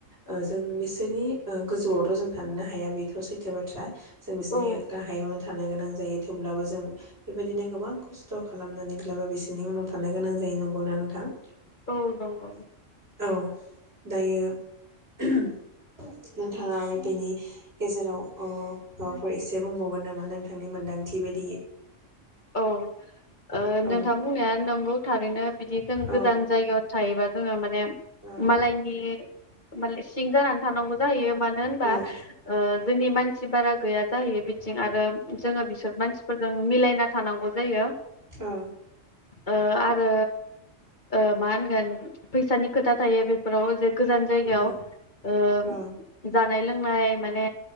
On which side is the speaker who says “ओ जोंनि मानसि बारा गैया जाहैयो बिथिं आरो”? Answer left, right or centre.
Left